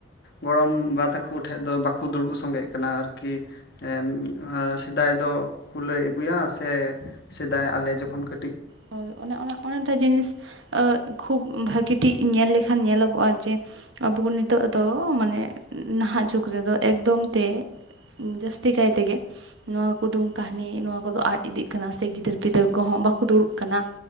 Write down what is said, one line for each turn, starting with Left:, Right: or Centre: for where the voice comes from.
Left: ᱜᱚᱲᱚᱢ ᱵᱟ ᱛᱟᱠᱚ ᱴᱷᱮᱡ ᱫᱚ ᱵᱟᱠᱚ ᱫᱩᱲᱩᱵ ᱥᱚᱸᱜᱮᱜ ᱠᱟᱱᱟ ᱟᱨᱠᱤ ᱮᱸᱻ ᱟᱨ ᱥᱮᱫᱟᱭ ᱫᱚ ᱠᱩᱞᱟᱹᱭ ᱟᱹᱜᱩᱭᱟ ᱥᱮ ᱥᱮᱫᱟᱭ ᱟᱞᱮ ᱡᱚᱠᱷᱚᱱ ᱠᱟᱹ
Right: ᱦᱳᱭ ᱚᱱᱮ ᱚᱱᱟ ᱚᱱᱟᱴᱟ ᱡᱤᱱᱤᱥ ᱠᱷᱩᱵ ᱵᱷᱟᱹᱜᱤ ᱴᱤᱡ ᱧᱮᱞ ᱞᱮᱠᱷᱟᱱ ᱧᱮᱞᱚᱜᱚᱜᱼᱟ ᱡᱮ ᱟᱵᱚ ᱱᱤᱛᱚᱜ ᱫᱚ ᱢᱟᱱᱮ ᱱᱟᱦᱟᱜ ᱡᱩᱜᱽ ᱨᱮᱫᱚ ᱮᱠᱫᱚᱢ ᱛᱮ ᱡᱟᱹᱥᱛᱤ ᱠᱟᱭ ᱛᱮᱜᱮ ᱱᱚᱣᱟ ᱠᱩᱫᱩᱢ ᱠᱟᱹᱦᱱᱤ ᱱᱚᱣᱟ ᱠᱚᱫᱚ ᱟᱫ ᱤᱫᱤᱜ ᱠᱟᱱᱟ ᱥᱮ ᱜᱤᱫᱟᱹᱨ ᱯᱤᱫᱟᱹᱨ ᱠᱚᱦᱚᱸ ᱵᱟᱠᱚ ᱫᱩᱲᱩᱵ ᱠᱟᱱᱟ